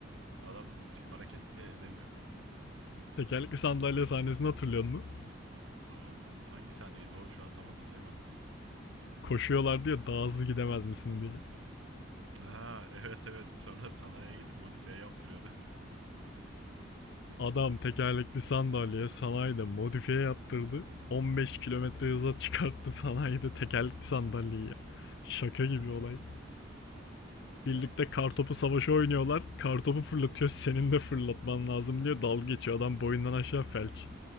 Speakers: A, on the right (about 80°); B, on the left (about 65°).
A: Adam bir hareket bile edemiyor.
B: Tekerlekli sandalye
A: O,
B: sahnesini hatırlıyor musun?
A: aa, hangi sahneydi o? Şu an tam hatırlayamadım.
B: Koşuyorlardı ya daha hızlı gidemez misin diye.
A: Ha evet evet. Sonra sanayiye gidip modifiye yaptırıyordu. <laughs>
B: Adam tekerlekli sandalyeye sanayide modifiye yaptırdı. 15 kilometre hıza çıkarttı sanayide tekerlekli sandalyeyi. ya. Şaka gibi olay.
A: Ya
B: Birlikte kartopu
A: bu
B: savaşı oynuyorlar. Kartopu fırlatıyor. Senin de fırlatman lazım diyor. Dalga geçiyor. Adam boyundan aşağı felç.